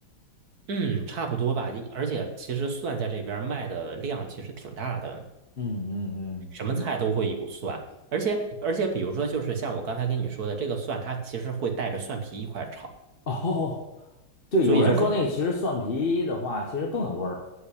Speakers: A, on the right; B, on the left.
A: 嗯，差不多吧。而且其实蒜在这边儿卖的量其实挺大的。
B: 嗯嗯嗯，
A: 什么菜都会有蒜，
B: 那
A: 而且而且，比如说，就是像我刚才跟你说的，这个蒜它其实会带着蒜皮一块儿炒，
B: 哦，对，
A: 所以就更
B: 有人说那个其实蒜皮的话，其实更有味儿。